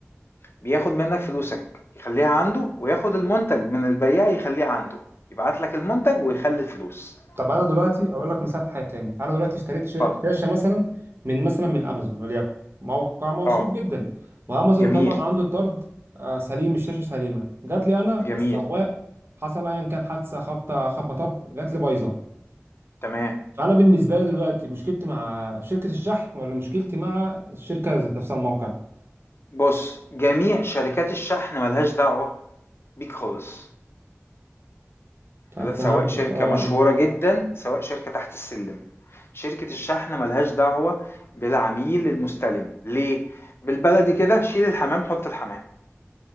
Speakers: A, on the left; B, on the right.
A: بياخد منك فلوسك يخليها عنده وياخد المنتج من البياع يخليه عنده يبعت لك المنتج ويخلي الفلوس
B: طب انا دلوقتي اقول لك مثال حاجه تاني انا دلوقتي اشتريت شا-
A: اتفضل
B: شاشه مثلا من مثلا من امازون وليكن موقع موثوق
A: اه
B: جدا وامازون
A: جميل
B: طلع من عنده الطرد آه، سليم الشاشه سليمه جات لي انا
A: جميل
B: السواق حصل ايا كان حادثه خبطه خبطه مطب جات لي بايظه
A: تمام
B: فانا بالنسبه لي دلوقتي مشكلتي مع شركه الشحن ولا مشكلتي مع الشركه ذات نفسها الموقع
A: بص جميع شركات الشحن ملهاش دعوة بيك خالص
B: طب
A: لا
B: فهمتك
A: سواء شركة
B: اه
A: مشهورة جدا سواء شركة تحت السلم شركة الشحن ملهاش دعوة بالعميل المستلم ليه؟ بالبلدي كده شيل الحمام حط الحمام